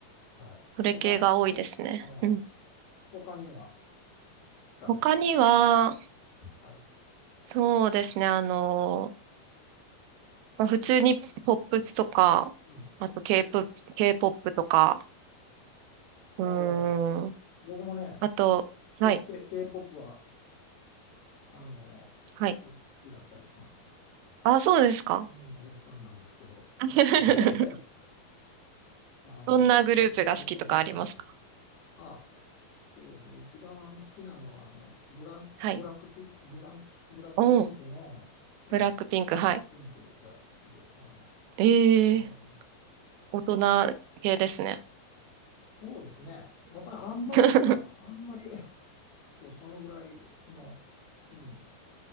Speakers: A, on the left; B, on the right.
A: はい。
B: それ系が多いですね。
A: 他、ほ、ああ、
B: うん。
A: 他には聞かれて
B: 他には、
A: ある。
B: そうですね。あの、まあ、普通にポップスとか、
A: うん。
B: あと K-POP、K-POP とか、
A: おお、
B: うーん。
A: 僕もね、
B: あと、
A: ペ、
B: はい。
A: K、K-POP は、あの、
B: はい。
A: 好き、好きだったりしますよ。
B: あ、そうですか。
A: うん、おじさんなんですけど。
B: <laughs>
A: えへへあの、
B: どんなグループが好きとかありますか
A: わ、わかり、わかります。あ、そうですね。一番好きなのは、あの、ブラ、
B: はい。
A: ブラックピ、ブラン、ブラックピンクの、
B: おー、ブラックピンク、
A: ええブラックピンクが好きで、
B: はい。
A: あの、
B: え
A: え
B: え
A: え
B: 大人系ですね。
A: そうですね。やっぱりあんまりなんか、
B: <laughs>
A: あんまり、<laughs> そう、そのぐらいの、うん。